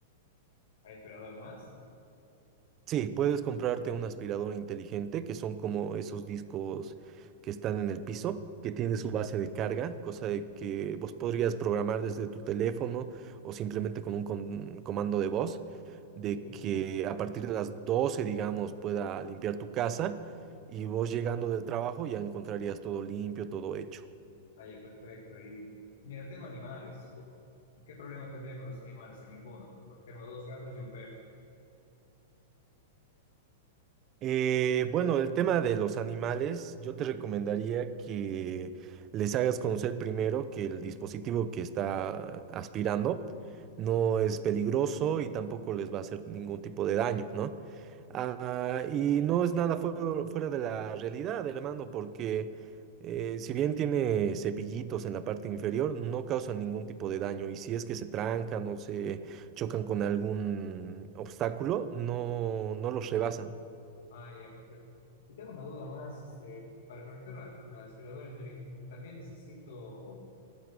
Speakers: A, on the left; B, on the right.
A: ¿Hay aspirador más?
B: Sí, puedes comprarte una aspiradora inteligente que son como esos discos que están en el piso, que tiene su base de carga, cosa de que vos podrías programar desde tu teléfono o simplemente con un con- comando de voz. de
A: ¿sí?
B: que a partir de las 12 digamos, pueda limpiar tu casa y vos llegando del trabajo ya encontrarías todo limpio, todo hecho.
A: Ah, ya, perfecto. Y mira, tengo animales. ¿Qué problema tendría con los animales? O ninguno, porque tengo dos gatos y un perro.
B: Eh, bueno, el tema de los animales, yo te recomendaría que les hagas conocer primero que el dispositivo que está aspirando no es peligroso y tampoco les va a hacer ningún tipo de daño, ¿no? Ah, y no es nada fuera, fuera de la realidad, hermano, porque eh, si bien tiene cepillitos en la parte inferior, no causan ningún tipo de daño. Y si es que se trancan o se chocan con algún obstáculo, no, no los rebasan.
A: Ah, ya, perfecto. Y tengo una duda más, este, para conectar la, la aspiradora inteligente, también necesito,